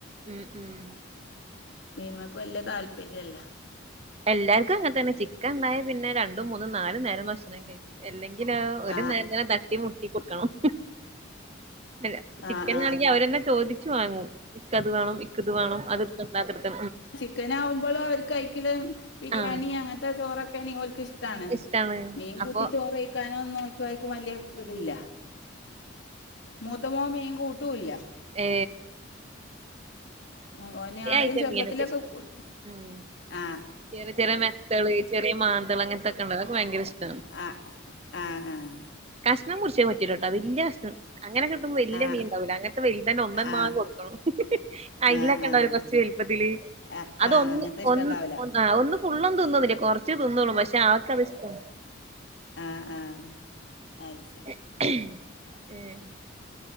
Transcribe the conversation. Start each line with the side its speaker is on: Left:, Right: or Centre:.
Right: ഉം ഉം
Left: മീനമക്ക് വല്യ താല്പര്യല്ല
Right: എല്ലാർക്കുംങ്ങൻ തന്നെ ചിക്കൻ ഉണ്ടായാ പിന്നെ രണ്ടും മൂന്നും നാലും നേരം ഭക്ഷണം കയ് എല്ലെങ്കിലൊ ഒരു
Left: ആഹ്
Right: <unintelligible> മുട്ടി മുട്ടി കൊടുക്കണം ഹ് ഹ് ചിക്കനാണെങ്കില്
Left: ആഹ് ആഹ്
Right: അവരെന്നെ ചോദി ച്ച് വാങ്ങൂ ഇക്കത് വേണം ഇക്കത് വേണം അതെടുതൊണ്ട അതെടുത്ത
Left: ക്കാനാവുമ്പള് അവര് കഴിക്കല് ബിരിയാണി
Right: ആഹ്
Left: അങ്ങൻത്തെ ചോറൊക്കെണ്ഓൽക്ക്ഷ് ട്ടാണ്
Right: ഇഷ്ടാണ്
Left: മീൻ കൂട്ടി
Right: അപ്പൊ
Left: ചോറ്ഴിക്കാനോന്നും ഓൽക്കാർക്കും വല്യരുതില്ല മൂത്തമോ മീൻ കൂട്ടുല്ല
Right: ഏ
Left: ഉ ഓനാദ്യം
Right: ഐറ്റം
Left: ചെറുപ്പത്തിലൊക്കെ
Right: മീനൊക്കെ ഇഷ്ട
Left: കൂട്ടി
Right: ഉം
Left: ആ
Right: ചെറിയ ചെറിയ മെത്തള് ചെറിയ മാന്തള് അങ്ങനത്തൊക്കെ ഉണ്ട് അതൊക്കെ ഭയങ്കര ഇഷ്ടാണ്
Left: ആ <unintelligible>
Right: കഷ്ണം മുറിച്ചേ പറ്റൂലട്ടോ വല്യ കഷ്ണം അങ്ങനൊ വലിയ
Left: ആ ആ
Right: മീൻണ്ടാവൂലെ അങ്ങനത്തെ വലുതന്നെ ഒന്നനെ
Left: ആ
Right: മാങ്ങി കൊടുക്കണം ഹ് ഹ് ഹ് അയിലക്കെണ്ടാവൂലെ
Left: ആ
Right: കൊറച്ച് മലുപ്പത്തില്
Left: ആ
Right: അതൊന്ന്
Left: ആ അങ്ങനത്തെ ഇഷ്ടണ്ടാവൂല
Right: ഒന്ന് ആഹ് ഒന്ന് ഫുള്ളൊ തിന്നുന്നില്ലേ കൊറച്ച് തിന്നള്ളൂപക്ഷെ ആൾക്ക്ത്ഷ്ടാ
Left: ആഹ് ആഹ അത്ശരി-
Right: <unintelligible>